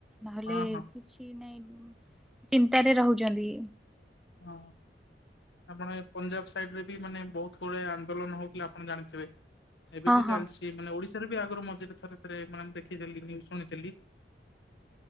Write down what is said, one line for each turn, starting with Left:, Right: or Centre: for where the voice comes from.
Centre: ନହେଲେ
Left: ହଁ
Centre: କିଛି
Left: ହଁ
Centre: ନାଇଁ ଚିନ୍ତାରେ ରହୁଛନ୍ତି।
Left: ହଁ। ଆପଣ ପଞ୍ଜାବ ସାଇଡ ରେ ବି ମାନେ ବହୁତ ଗୁଡାଏ ଆନ୍ଦୋଳନ ହଉଥିଲେ ଆପଣ ଜାଣିଥିବେ। ଏବେ
Centre: ହଁ
Left: ବି
Centre: ହଁ
Left: ଚାଲିଛି ମାନେ ଓଡିଶା ରେ ବି ଆଗରୁ ମଝରେ ଥରେ ଥରେ ମାନେ ଦେଖିଥିଲି ଶୁଣିଥିଲି